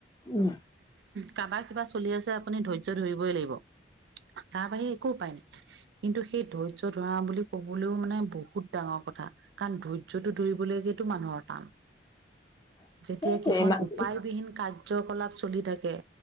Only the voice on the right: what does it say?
কাবাৰ কিবা চলি আছে আপুনি ধৈৰ্য্য ধৰিবই লাগিব তাৰ বাহিৰে একো উপায় নাই। কিন্তু সেই ধৈৰ্য্য ধৰা বুলি কবলৈও মানে বহুত ডাঙৰ কথা কাৰণ ধৈৰ্যটো ধৰিবলৈ। সেইটো মানুহৰ টান।
যেতিয়া
কিছুমান
উপায়বিহীন কাৰ্যকলাপ চলি থাকে।